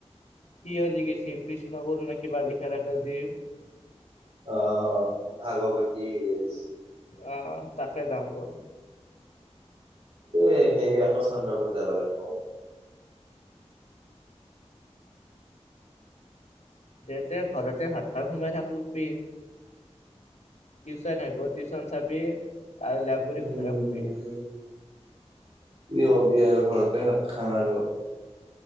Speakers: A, on the left; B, on the right.
A: কিয়? কি কৈছিল? কৃষ্ণগুৰু নেকি, বালিকা আকাশদ্বীপ?
B: অ', অ', ভাগৱতী হিলচ।
A: অ', অ', তাতে যাম বৌ।
B: এ সেই আকৌ চন্দ্ৰপুৰ যাব লাগিব।
A: তেন্তে ঘৰতেই ভাত খাই সোমাই থাকোঁ পি। টিউচন আহিব টিউচন চাবি আৰু লেপ জাপি
B: উম
A: ঘুমাই শুবি।
B: কি কৰবি আৰু ঘৰতে ভাত খাম আৰু।